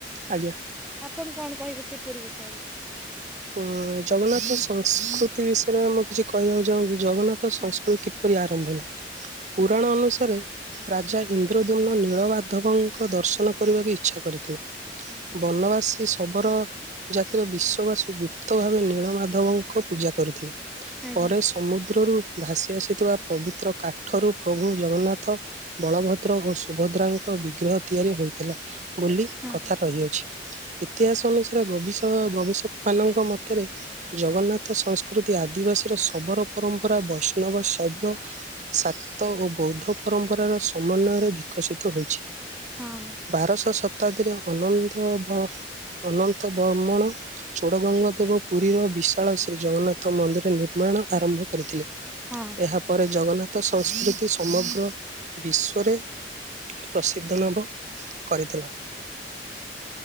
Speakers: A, on the right (about 40°); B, in the centre.
A: ଆଜ୍ଞା।
B: ଆପଣ କଣ କହିବେ ସେ ପୁରୀ ବିଷୟରେ?
A: ଉଁ ଜଗନ୍ନାଥ ସଂସ୍କୃତି ବିଷୟରେ ମୁଁ କିଛି କହିବାକୁ ଚାହୁଁଛି। ଜଗନ୍ନାଥ ସଂସ୍କୃତି
B: ହଁ
A: କିପରି ଆରମ୍ଭ ହେଲା
B: ହଁ
A: ପୁରାଣ ଅନୁସାରେ ରାଜା ଇନ୍ଦ୍ରଦ୍ୟୁମ୍ନ ନୀଳବାଧବଙ୍କ ଦର୍ଶନ କରିବାକୁ ଇଚ୍ଛା କରିଥିଲେ।
B: ହଁ
A: ବନବାସୀ ସବର ଜାତିର ବିଶ ବାସି ଗୁପ୍ତ ଭାବେ ନୀଳମାଧବଙ୍କୁ ପୂଜା କରୁଥିଲେ
B: ଆଜ୍ଞା
A: ପରେ ସ୍ ସମୁଦ୍ରରୁ ଭାସି ଆସିଥିବା ପବିତ୍ର କାଠରୁ ପ୍ରଭୁ ଜଗନ୍ନାଥ। ବଳଭଦ୍ର ଓ ସୁଭଦ୍ରାଙ୍କ ବିଗ୍ରହ ତିଆରି ହୋଇଥିଲା। ବୋଲି
B: ହଁ
A: କଥା ରହିଅଛି ଇତିହାସ ଅନୁସାରେ ଗବିଶକ ଗବେଷକ ମାନଙ୍କ ମତରେ ଜଗନ୍ନାଥ ସଂସ୍କୃତି ଆଦିବାସୀର ଶବର ପରମ୍ପରା ବୈଷ୍ଣବ ଶବ୍ୟ ସାତ ଓ ବୌଦ୍ଧ ପରମ୍ପରାର ସମନ୍ୱୟରେ ବିକଶିତ ହୋଇଛି।
B: ହଁ
A: ବାରଶହ ଶତାବ୍ଦୀରେ ଅନନ୍ତ ଅ ଅନନ୍ତ ବର୍ମଣ ଚୋଡଗଙ୍ଗା ଦେବ ପୁରୀର ବିଶାଳ ଶ୍ରୀ ଜଗନ୍ନାଥ ମନ୍ଦିର ନିର୍ମାଣ ଆରମ୍ଭ କରିଥିଲେ।
B: ହଁ।
A: ଏହାପରେ ଜଗନ୍ନାଥ ସଂସ୍କୃତି ସମଗ୍ର ବିଶ୍ୱରେ ପ୍ରସିଦ୍ଧ ଲାଭ କରିଥିଲା।